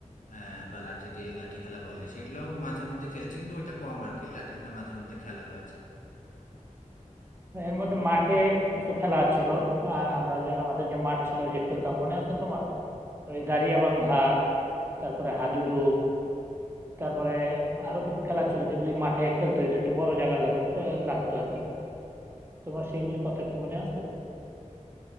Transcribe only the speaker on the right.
এর মধ্যে মাঠে কিছু খেলা ছিল আহ, আমরা যে আমাদের যে মাঠ ছিল যে খেলতাম মনে আছে তোমার ওই দাঁড়িয়া বান্ধা তারপরে হাডুডু তারপরে আরো কিছু খেলা ছিল যেগুলি মাঠে খেলতে হতো একটু বড় জায়গা লাগ- আহ, লাগতো আর কি তোমার সেগুলির কথা কি মনে আছে